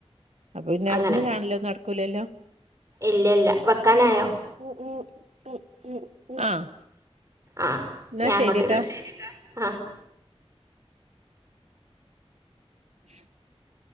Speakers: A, on the right; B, on the right.
A: അപ്പൊ പിന്നെ
B: അങ്ങനെ
A: അവിടുന്ന് കാണലോ നടക്കൂല്ലല്ലോ
B: ഇല്ല ഇല്ല വെക്കാനായോ
A: ഉം ഉം ഉ ഉ ഉ ഉ ആഹ്
B: ആഹ്
A: എന്നാ
B: ഞാൻ അങ്ങോട്ട്
A: ശരിട്ടോ
B: എന്നാ ശേരിട്ടാ ആഹ്
A: <inaudible>